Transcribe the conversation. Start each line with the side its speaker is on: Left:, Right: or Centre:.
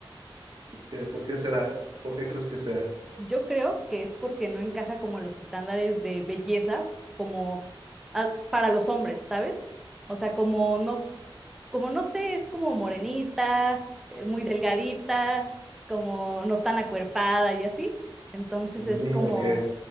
Right: ¿qué- ¿por qué será? ¿Por qué crees que sea?
Centre: Yo creo que es porque no encaja como en los estándares de belleza, como a- para los hombres, ¿sabes? O sea, como no, como no sé, es como morenita, eh, muy delgadita, como no tan acuerpada y así. Entonces
Right: Mm,
Centre: es como
Right: ok.